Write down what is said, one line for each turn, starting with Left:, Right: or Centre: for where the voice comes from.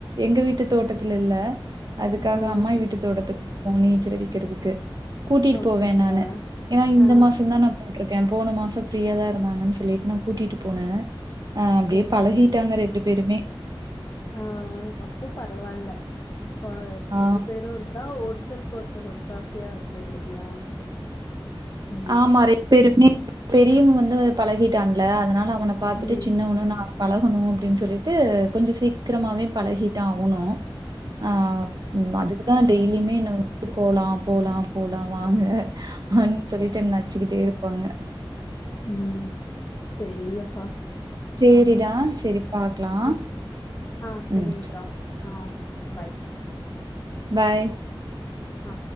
Right: எங்க வீட்டு தோட்டத்துல இல்ல அதுக்காக
Left: ஆ
Right: அம்மாயி வீட்டு தோட்டத்துக்கு போ நீச்சல்டிக்கிறதுக்கு கூட்டிட்டு
Left: அப்டிங்களா
Right: போவே நானு ஏன்னா இந்த
Left: ஆ
Right: மாச தா நா போட்டுருக்கே போன மாசோ ஃப்ரீயா தா இருதாங்கன்னு சொல்லிட்டு நா கூட்டிட்டு போனே அ அப்டியே
Left: செரி
Right: பழகிட்டாங்க
Left: செரிங்க
Right: ரெண்டு பேருமே
Left: ஆ அப்போ பரவாயில்ல இல்ல
Right: ஆ.
Left: ரெண்டு பேரு நா ஒருத்தருக்கு ஒருத்தர் ஒத்தாசையா இருக்கோ இல்லைங்களா ம்
Right: ஆமா ரெண்டு பேருமே பெரியவே வந்து பழகிட்டான்ல அதனால அவன பாத்துட்டு
Left: ம்
Right: சின்னவண்ணு ந பழகணு அப்டின்னு சொல்லிட்டு கொஞ்சோ சீக்கிரமாவே பழகிட்டா அவனு ஆ ம் அதுக் நா டெய்லியுமே என்ன வந்து போலா போலா போலா வாங்க அப்டின்னு சொல்லிட்டு என்ன ச்சுக்கிட்டேருப்பாங்க
Left: ம் செரிங்கக்கா
Right: சேரிடா
Left: ஆ
Right: சேரி பாக்கலா
Left: ம் ஆ செரிங்க்கா
Right: ம் சரி.
Left: ஆ பாய்கா
Right: பாய்
Left: ஆ